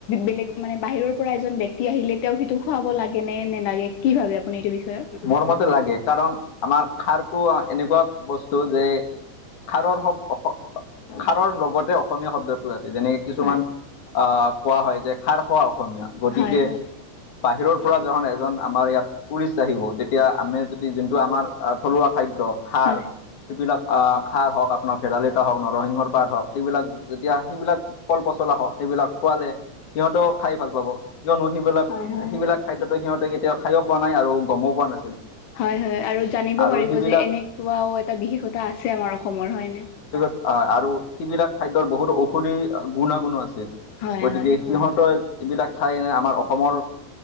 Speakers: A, on the left (about 70°); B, on the left (about 45°).
A: বেলেগ মানে বাহিৰৰ পৰা এজন ব্যক্তি আহিলে তেওঁ সিটো খুৱাব লাগে নে নেলাগে কি ভাবে আপুনি এইটো বিষয়ত।
B: মৰমতে লাগে কাৰণ আমাৰ খাৰটো এনেকুৱা বস্তু যে। খাৰৰ শব্দ খাৰৰ লগতে অসমীয়া শব্দটো আছে যেনেকে কিছুমান
A: হয়
B: আহ কোৱা হয় যে খাৰ খোৱা অসমীয়া গতিকে,
A: হয় হয়
B: বাহিৰৰ পৰা যখন এজন আমাৰ ইয়াত। টুৰিষ্ট আহিব তেতিয়া আমি যদি যোনটো আমাৰ থলুৱা খাদ্য খাৰ।
A: হয়
B: যিবিলাক খাৰ হওক আপোনাৰ ভেদাইলতা হওক নৰসিংহৰ পাত হওক সেইবিলাক যেতিয়া সেইবিলাক, কল পচলা হওক সেইবিলাক খোৱালে, সিহঁতেও খাই ভাল পাব। কিয়নো সেইবিলাক হয়, হয়, সেইবিলাক খাদ্যটো সিহঁতে কেতিয়াও খায়ো পোৱা নাই আৰু গমো পোৱা নাছিল।
A: হয়, হয়। আৰু জানিব
B: আৰু
A: পাৰিব
B: সিবিলাক
A: যে এনেকুৱাও এটা বিশেষতা আছে আমাৰ অসমৰ হয় নে।
B: অ', আৰু সেইবিলাক খাদ্যৰ বহুতো ঔষধি গুণাগুণো আছে।
A: হয়
B: গতিকে
A: হয়
B: সিহঁতৰ এইবিলাক খাই এনে আমাৰ অসমৰ